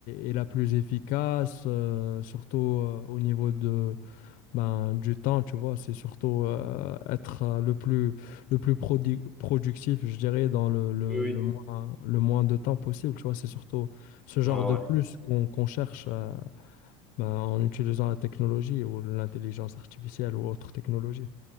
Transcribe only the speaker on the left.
est la plus efficace, euh, surtout euh, au niveau ben, du temps, tu vois, c'est surtout euh, être euh, le plus, le plus produ- productif, je dirais, dans le, le,
le moins, le moins de temps possible, tu vois, c'est surtout ce genre
de
plus qu'on qu'on cherche euh, ben, en utilisant la technologie ou l'intelligence artificielle ou autre technologie.